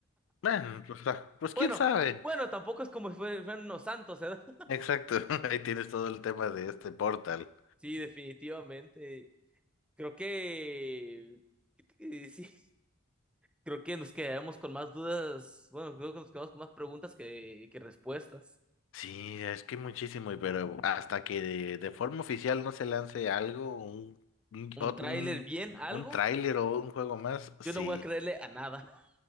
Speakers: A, on the left; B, in the centre.
A: Bueno, o sea, pues
B: Bueno,
A: quién sabe.
B: bueno, tampoco es como si fue- fueran unos santos, ¿verdad? <laughs>
A: Exacto, <laughs> ahí tienes todo el tema de este portal.
B: Sí, definitivamente. Creo que eh, sí, creo que nos quedamos con más dudas. Bueno, creo que nos quedamos con más preguntas que, que respuestas.
A: Sí, es que muchísimo, y pero hasta que de, de forma oficial no se lance algo, un, un,
B: ¿Un
A: ot-
B: tráiler
A: un,
B: bien? ¿Algo?
A: un tráiler o un juego más, sí,
B: Yo no voy a creerle a nada.